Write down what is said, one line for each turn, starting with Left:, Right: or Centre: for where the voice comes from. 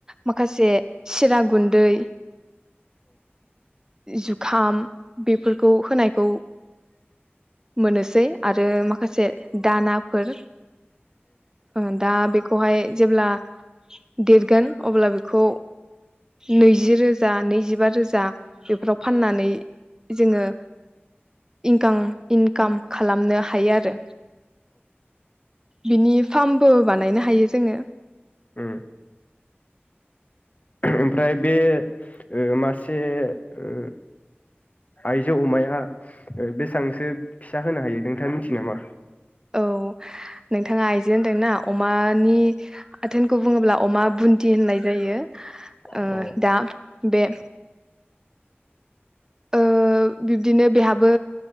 Right: माखासे। सिरग गुन्दै जुखाम बेफोरखौ होनायखौ मोनोसै आरो माखासे दानाफोर ओ दा बे खौ हाय जेब्ला देर गोन‌ अब्ला बेखौ नै रोजा नैजिबा रोजा जा बेफोराव फाननानै जोंङो इनकां इनकाम खालामनो हा हायो आरो। बिनि फ्रामबो बानायनो हायो जोंङो
Left: उम। ओमफ्राय बे ओ मासे ओ आइजो अमाया ओ बेसांसो फिसा होनो हायो नोंथाङा मिथियो नामा?
Right: औ नोंथाङा आयजोे होनदोंना अमानि आथोनखौ बुङोब्ला अमा बुन्दि होननाय जायो।
Left: अ
Right: ओ दा बे ओ बिब्दिनो बेहाबो